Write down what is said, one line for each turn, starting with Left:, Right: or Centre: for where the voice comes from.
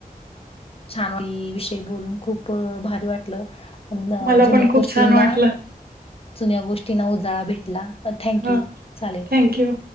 Left: छान विषय बोलून खूप भारी वाटलं. पण
Right: मला
Left: जुन्या
Right: खूप
Left: गोष्टींना.
Right: छान वाटलं.
Left: जुन्या गोष्टीं उजाळा भेटला, थँक
Right: हो
Left: यू चालेल.
Right: थँक्यू.